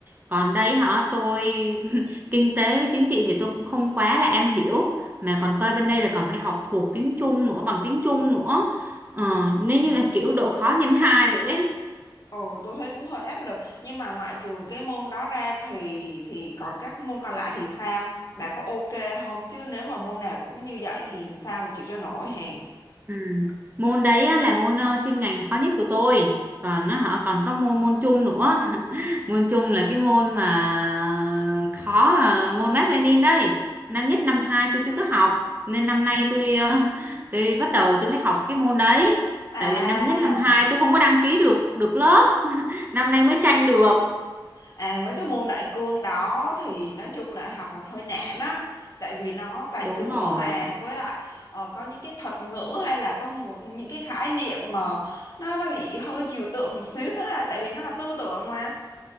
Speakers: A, on the right (about 25°); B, on the left (about 45°).
A: còn đây hả tôi <laughs> kinh tế với chính trị thì tôi cũng không quá là am hiểu mà còn coi bên đây là còn phải học thuộc tiếng Trung nữa bằng tiếng Trung nữa Ờ, nếu như là kiểu độ khó nhân hai vậy ấy.
B: ừ tôi thấy cũng hơi áp lực nhưng mà ngoại trừ cái môn đó ra thì thì còn các môn còn lại thì sao bà có ok không chứ nếu mà môn nào cũng như vậy thì sao mà chịu cho nổi hèn
A: Ừ. Môn đấy á, là môn ờ, chuyên ngành khó nhất của tôi. Còn nó họ còn có môn môn chung nữa. <laughs> Môn chung là cái môn mà khó ờ, môn Mác Lênin đây. Năm nhất năm hai tôi chưa có học nên năm nay tôi ờ, <laughs> tôi bắt đầu tôi mới học cái môn đấy.
B: à
A: Tại vì năm nhất năm hai tôi không có đăng ký được được lớp, năm nay mới tranh được.
B: À, mấy cái môn đại cương đó thì nói chung là học là hơi nản á tại vì nó toàn
A: Đúng
B: chữ
A: rồi.
B: không à với lại ờ, có những cái thuật ngữ hay là có một- những cái khái niệm mà nó nó bị hơi trừu tượng một xíu tức là tại vì nó là tư tưởng mà